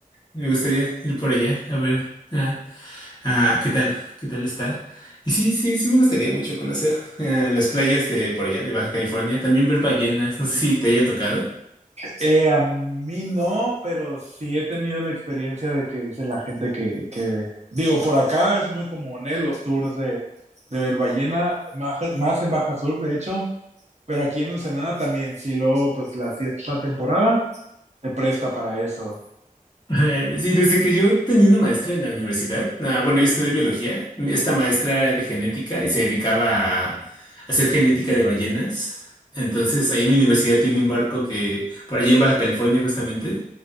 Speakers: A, on the left; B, on the right.
A: Me gustaría ir por allá a ver ah, ah, qué tal, qué tal está. Y sí, sí, sí me gustaría mucho conocer eh, las playas de por allá, de Baja California. También ver ballenas, no sé si te haya tocado.
B: Eh, a mí no, pero sí he tenido la experiencia de que es de la gente que, que, digo, por acá es muy común ¿eh? los tours de, de ver ballena, más, más en Baja Sur, de hecho, pero aquí en Ensenada también, sí luego pues la si es la temporada, se presta para eso.
A: Ajá, Sí, desde que yo tenía una maestra en la universidad, ah, bueno, yo estudié biología, esta maestra era de genética y se dedicaba a hacer genética de ballenas. Entonces, ahí en mi universidad tiene un barco que, por allí en Baja California justamente,